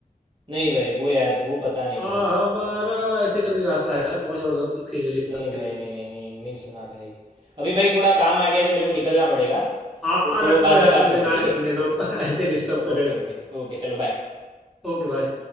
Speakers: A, on the right; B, in the centre.
A: नहीं भाई वो याद वो पता नहीं भाई
B: आवारा ऐसे करके गाता है यार बहुत जबरदस्त उसके लिरिक्स
A: नहीं
B: लगते
A: भाई
B: हैं मुझे
A: नहीं नहीं नहीं नहीं सुना भाई अभी भाई थोड़ा काम आ गया है तो मेरे को निकलना पड़ेगा
B: हाँ
A: तो
B: रखो
A: बाद
B: यार
A: में बात
B: तुम मुझे
A: करते
B: गाने
A: हैं, ठीक है
B: सुनने दो <laughs> ऐसे डिस्टर्ब कर
A: ओके
B: रहे थे
A: ओके ओके चलो बाय
B: ओके भाई